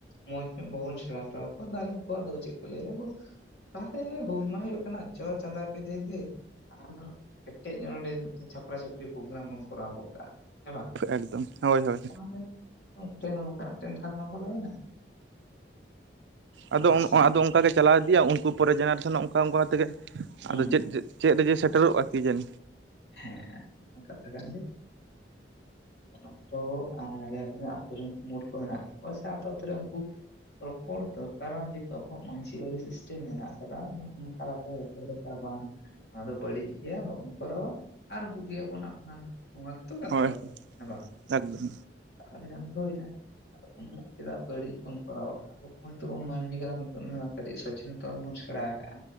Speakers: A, on the left (about 70°); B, on the right (about 80°).
A: ᱢᱚᱸᱡᱽ ᱧᱚᱜ ᱵᱟᱵᱚᱱ ᱥᱮᱬᱟ ᱦᱚ ᱴᱚ ᱠᱚᱣᱟ ᱛᱟᱦᱞᱮ ᱩᱱᱠᱩ ᱣᱟᱜ ᱫᱚ ᱪᱮᱫ ᱠᱚ ᱞᱟᱹᱭᱟ ᱛᱟᱦᱚ ᱞᱮ ᱦᱩᱞ ᱢᱟ ᱦᱩᱭᱩᱜ ᱠᱟᱱᱟ ᱪᱚ ᱪᱟᱸᱫ ᱯᱮ ᱫᱮ ᱫᱮ ᱟᱨ ᱠᱮᱴᱮᱡ ᱧᱚᱜ ᱱᱚ ᱰᱮ ᱢᱤᱫ ᱴᱮᱱ ᱪᱷᱟᱯᱨᱟᱼ ᱪᱟᱹᱯᱟᱹᱨᱤ ᱯᱨᱳᱜ ᱨᱟᱢ ᱵᱚᱱ ᱠᱚᱨᱟᱣ ᱜᱚᱫ ᱠᱟᱜᱼᱟ ᱦᱮᱸ ᱵᱟᱝ
B: ᱮᱠᱫᱚᱢ ᱦᱳᱭ ᱦᱳᱭ
A: ᱛᱟᱦᱞᱮ ᱩᱱᱠᱩ ᱴᱷᱮᱱ ᱦᱚ ᱚᱱᱠᱟ ᱴᱮ ᱱᱴᱷᱟ ᱵᱚᱞᱚ ᱭᱮᱱᱟ
B: ᱟᱫᱚ
A: ᱪᱮᱫ ᱮᱢ
B: ᱟᱫᱚ ᱚᱱᱠᱟ ᱜᱮ ᱪᱟᱞᱟᱣ ᱤᱫᱤᱭᱟ ᱩᱱ ᱠᱩ ᱯᱚᱨᱮ ᱡᱮᱱᱟ ᱨᱮᱥᱚᱱ ᱚᱱᱠᱟ ᱚᱱᱠᱟ ᱛᱮ ᱜᱮ
A: ᱦᱩᱸ
B: ᱟᱫᱚ ᱪᱮᱫ ᱪᱮᱫ ᱨᱮᱜᱮ ᱥᱮ ᱴᱮᱨᱚᱜᱼᱟ ᱠᱤ ᱡᱮᱱ
A: ᱦᱮᱸ ᱱᱚᱣᱟ ᱠᱟᱛᱷᱟ ᱠᱟᱱ ᱜᱮᱭᱟ ᱚᱱᱟ ᱫᱚ ᱡᱟᱦᱟᱸ ᱛᱤᱱᱟᱹᱜ ᱟᱛᱩ ᱨᱮᱱ ᱠᱩᱢᱩᱴ ᱠᱚ ᱢᱮᱱᱟᱜ ᱠᱫ ᱠᱚᱣᱟ ᱥᱮ ᱟᱛᱳ ᱨᱮᱱ ᱩᱱᱠᱩ ᱨᱚᱯᱚᱲ ᱫᱚᱨ ᱠᱟᱨᱟ ᱡᱚ ᱟᱵᱚ ᱣᱟᱜ ᱢᱟᱹᱡᱷᱤ ᱟᱹᱨᱤ ᱥᱤᱥ ᱴᱮᱢ ᱢᱮᱱᱟᱜ ᱟᱠᱟᱫᱟ ᱱᱚᱜ ᱱᱚᱣᱟ ᱛᱟᱞ-ᱟ ᱠᱚ ᱨᱚᱲ ᱟ ᱵᱟᱝ ᱱᱚᱣᱟ ᱫᱚ ᱵᱟᱹᱲᱤᱡ ᱜᱮᱭᱟ ᱵᱟᱵᱚᱱ ᱠᱚᱨᱟᱣᱟ᱾ ᱟᱨ ᱵᱩᱜᱤᱭᱟᱼᱜ ᱵᱚᱱ ᱟᱯᱱᱟᱨᱟ ᱱᱚᱣᱟ ᱜᱮᱛᱚ ᱠᱟᱛᱷᱟ
B: ᱦᱳᱭ
A: ᱫᱚ, ᱦᱮᱸ ᱵᱟᱝ
B: ᱮᱠᱫᱚᱢ
A: ᱛᱟᱦᱚᱞᱮ ᱠᱷᱟᱱ ᱜᱮ ᱦᱩᱭᱱᱟ, ᱩᱱᱟᱹᱜ ᱪᱮᱫᱟᱜ ᱵᱟᱹᱲᱤᱡ ᱵᱚᱱ ᱠᱚᱨᱟᱣᱟ ᱦᱟᱜᱼᱼ ᱟᱵᱚ ᱱᱤᱛ ᱵᱚᱱ ᱢᱟᱹᱱᱢᱤ ᱠᱟᱱᱟ ᱱᱤᱛᱚᱜ ᱠᱟᱹᱴᱤᱡ ᱥᱚᱪᱮᱱᱮᱛᱚᱱ ᱵᱚᱱ ᱥᱮᱬᱟ ᱠᱟᱟᱜᱼᱟ᱾